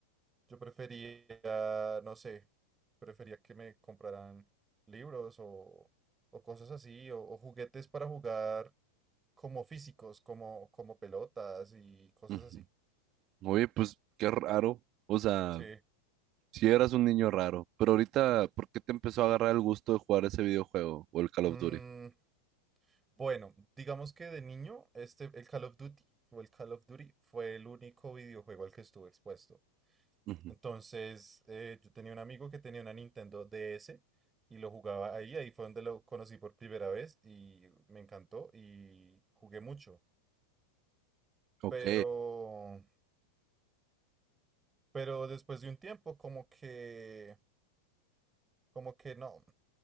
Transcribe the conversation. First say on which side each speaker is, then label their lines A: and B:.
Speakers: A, on the right; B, on the right.
A: Yo prefería, no sé, prefería que me compraran libros o, o cosas así, o, o juguetes para jugar como físicos, como, como pelotas y cosas
B: Ujú.
A: así.
B: Oye, pues qué raro. O sea,
A: Sí.
B: Si eras un niño raro, pero ahorita,
A: D-
B: ¿por qué te empezó a agarrar el gusto de jugar ese videojuego o el Call of
A: mm,
B: Duty?
A: bueno, digamos que de niño, este, el Call of Duty o el Call of Duty fue el único videojuego al que estuve expuesto.
B: Ujú.
A: Entonces, eh, yo tenía un amigo que tenía una Nintendo DS y lo jugaba ahí, ahí fue donde lo conocí por primera vez y me encantó y jugué mucho.
B: Ok,
A: Pero, pero después de un tiempo, como que, como que no,